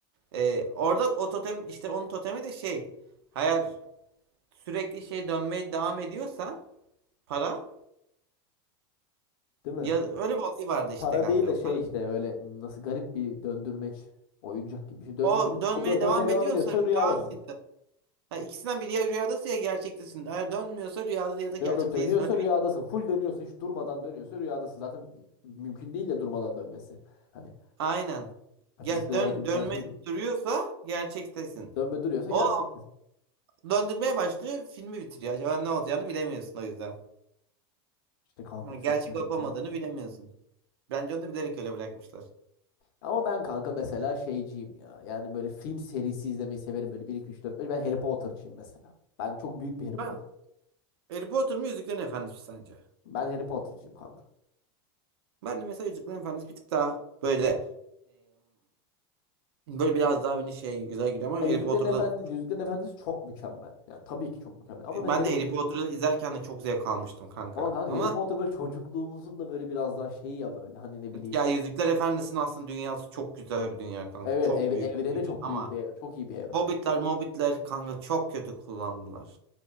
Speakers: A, on the right; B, on the left.
A: E, orada o totem işte onun totemi de şey. Eğer sürekli şey dönmeye devam ediyorsa para
B: değil mi?
A: Ya öyle bir olay vardı işte
B: Para
A: kanka.
B: değil de şey
A: Para-
B: işte böyle m, nasıl garip bir döndürmeç oyuncak gibi bir şey döndürüyor.
A: O dönmeye
B: O dö-
A: devam
B: dönmeye devam
A: ediyorsa
B: ediyorsa
A: rüya
B: rüyadasın.
A: mıydı? Ha, ikisinden biri ya rüyadasın ya gerçektesin. Eğer dönmüyorsa rüyada ya da gerçek
B: Yok yok dönüyorsa
A: değilsin. Öyle bir...
B: rüyadasın. Full dönüyorsa hiç durmadan dönüyorsa rüyadasın. Zaten mümkün değil de durmadan dönmesi. Hani
A: Aynen. Ya
B: fiziksel
A: dön
B: olarak imkansız.
A: dönme
B: ya.
A: duruyorsa gerçektesin.
B: Dönme duruyorsa
A: O
B: gerçektir.
A: döndürmeye başlıyor, filmi bitiriyor. Acaba ne olacağını bilemiyorsun o yüzden.
B: İşte kanka
A: Ha,
B: çok
A: Gerçek
B: garip
A: olup olmadığını
B: ya.
A: bilemiyorsun. Bence onu da bilerek öyle bırakmışlar.
B: Ama ben kanka mesela şeyciyim ya. Yani böyle film serisi izlemeyi severim. Böyle bir iki üç dört beş Ben Harry Potter'cıyım mesela. Ben çok büyük
A: Ben
B: bir Harry Potter.
A: Harry Potter mı Yüzüklerin Efendisi mi sence?
B: Ben Harry Potter'cıyım kanka.
A: Ben de mesela Yüzüklerin Efendisi bir tık daha böyle Böyle biraz daha beni şey güzel geliyor ama Harry
B: Ya Yüzüklerin
A: Potter'da
B: Efendisi, Yüzüklerin Efendisi çok mükemmel. Yani tabii ki çok mükemmel. Ama
A: ben
B: mesela Harry,
A: de Harry Potter'ı izlerken de çok zevk almıştım kanka.
B: ama kanka
A: Ama
B: Harry Potter böyle çocukluğumuzun da böyle biraz daha şeyi ya böyle. Hani ne bileyim.
A: evet, ya Yüzükler Efendisi'nin aslında dünyası çok güzel bir dünya kanka.
B: Evet
A: Çok
B: ev,
A: büyük
B: evreni
A: bir
B: çok
A: dünya ama
B: büyük bir ev- Çok iyi bir evren.
A: Hobbitler, Mobbitler kanka çok kötü kullandılar.